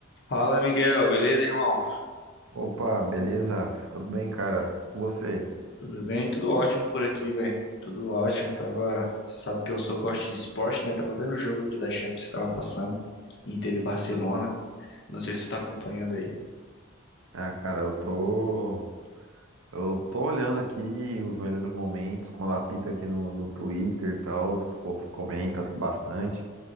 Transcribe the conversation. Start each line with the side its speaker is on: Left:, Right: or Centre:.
Left: Fala, Miguel, beleza, irmão?
Right: Opa, beleza? Tudo bem, cara? Com você?
Left: Tudo bem? Tudo ótimo por aqui, velho. Tudo ótimo. Tava, você sabe que eu sou gosto de esporte, né? Tava vendo o jogo aqui da Champions que tava passando, Inter e Barcelona. Não sei se tu tá acompanhando aí.
Right: Ah, cara, eu tô. Eu tô olhando aqui os melhores momentos, quando apita aqui no, no Twitter e tal, os que o povo comenta bastante.